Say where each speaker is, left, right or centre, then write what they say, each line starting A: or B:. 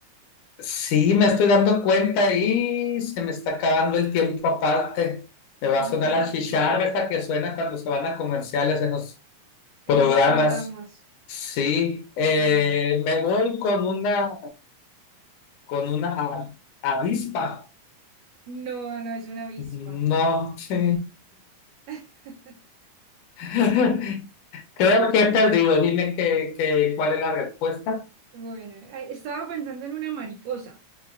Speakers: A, on the left; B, on the right.
A: Sí, me estoy dando cuenta y se me está acabando el tiempo aparte. Me va
B: Ajá,
A: a sonar la chicharra esa que suena cuando se van a comerciales en los
B: en
A: programas.
B: los programas.
A: Sí, eh,
B: Bueno,
A: me voy con una, con una a- avispa.
B: no, no es una avispa.
A: No, sí.
B: <laughs>
A: <laughs> Creo que he perdido. Dime que, que, cuál es la respuesta.
B: Bueno, ay, estaba pensando en una mariposa.